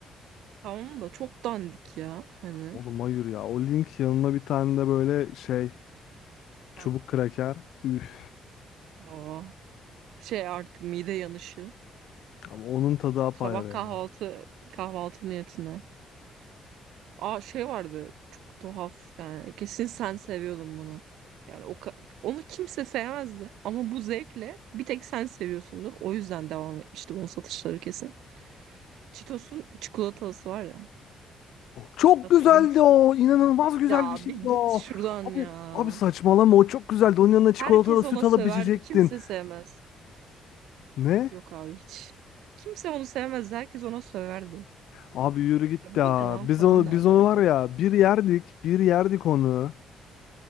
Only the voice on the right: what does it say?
Tamam da çok dandik ya hani.
Heh.
Aa, şey artık mide yanışı.
Sabah kahvaltı
kahvaltı niyetine. Aa şey vardı çok tuhaf yani kesin sen seviyordun bunu. Yani o ka- onu kimse sevmezdi ama bu zevkle bir tek sen seviyorsundur. O yüzden devam etmişti bunun satışları kesin. Cheetos'un çikolatalısı var ya
hatırlıyor
musun?
Ya
bir git
şuradan
ya.
Herkes
ona
söverdi
kimse sevmez.
Yok abi hiç. Kimse onu sevmezdi herkes ona söverdi.
Ya bu
ne lan
falan
derlerdi.